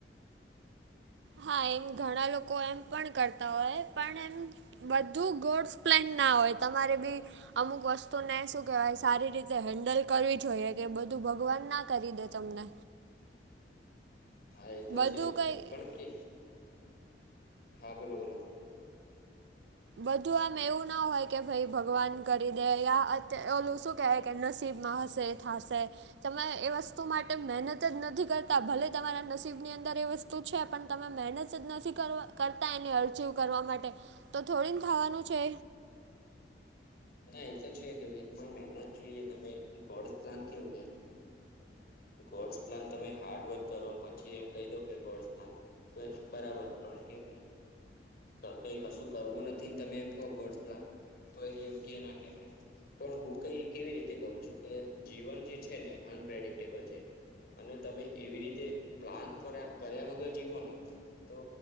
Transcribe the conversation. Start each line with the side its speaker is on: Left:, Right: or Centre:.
Right: હા એમ ઘણા લોકો એમ પણ કરતા હોય પણ એમ બધું ગોડસ પ્લેન ના હોય તમારે બી અમુક વસ્તુને શું કેહેવાય સારી રીતે હેન્ડલ કરવી જોઈએ કે બધું ભગવાન ના કરી દેતા તમને
Left: હા એ તો
Right: બધું
Left: છે
Right: કંઈ
Left: પણ કે હા બોલો બોલો
Right: બધું આમ એવું ના હોય કે ભાઈ ભગવાન કરી દે ઓલું શું કક નસીબમાં હશે થશે તમે એ વસ્તુ માટે મહેનત જ નથી કરતા ભલે તમારા નસીબ ની અંદર વસ્ત છે પણ તમે મહેનત જ નથી કરવા કરતા એની અરજીવ કરવા માટે તો થોડીને થવાનું છે
Left: ના એ તો છે કે એક મહેનત જોઈએ તમે ગોડ પ્લાન કેવું કેયા ગોડ્સ પ્લાન તમે હાર્ડવર્ક કરો પછી એમ કહી દો કે ગોડ્સ પ્લાન તો બરાબર પણ કેમ કે કઈ કશું કરવું નથી ને તમે એમ કહો ગોડ પ્લા તો એ યોગ્ય ના કહેવાય પણ હું કઈ કેવી રીતે કહું છું કે જીવન જે છે ને અનપ્રેડિક્ટ અને તમે એવી રીતે પ્લાન કર્યા વગર જીવો ને તો